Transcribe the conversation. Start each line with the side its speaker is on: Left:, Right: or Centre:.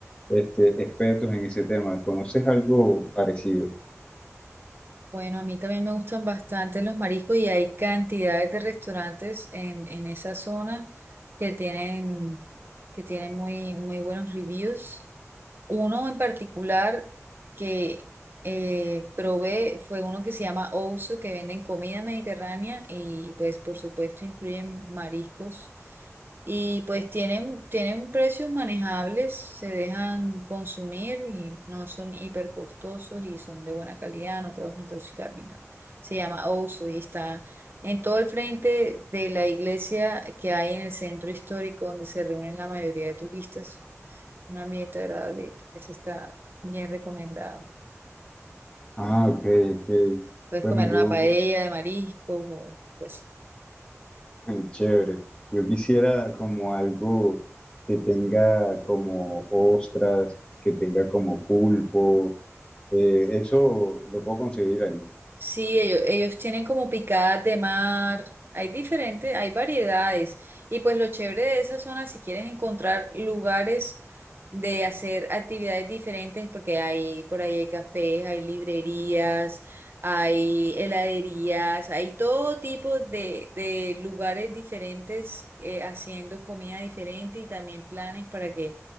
Left: este, expertos en ese tema. ¿Conoces algo parecido?
Right: Bueno, a mí también me gustan bastante los mariscos y hay cantidades de restaurantes en, en esa zona que tienen, que tienen muy, muy buenos reviews. Uno en particular que eh, probé fue uno que se llama Ouzo, que venden comida mediterránea y pues por supuesto incluyen mariscos. Y pues tienen, tienen precios manejables, se dejan consumir y no son hiper costosos y son de buena calidad, no te vas a intoxicar ni nada. Se llama Osu y está en todo el frente de la iglesia que hay en el centro histórico donde se reúnen la mayoría de turistas. Un ambiente agradable, eso está bien recomendado.
Left: Ah, ok, ok.
Right: Puedes
Left: Bueno,
Right: comer
Left: yo,
Right: una paella de mariscos o pues
Left: eh, chévere. Yo quisiera como algo que tenga como ostras, que tenga como pulpo. Eh, eso lo puedo conseguir ahí.
Right: Sí, ellos, ellos tienen como picadas de mar, hay diferentes, hay variedades. Y pues lo chévere de esa zona, si quieres encontrar lugares de hacer actividades diferentes, porque hay, por ahí hay cafés, hay librerías, hay heladerías, hay todo tipo de, de lugares diferentes eh, haciendo comida diferente y también planes para que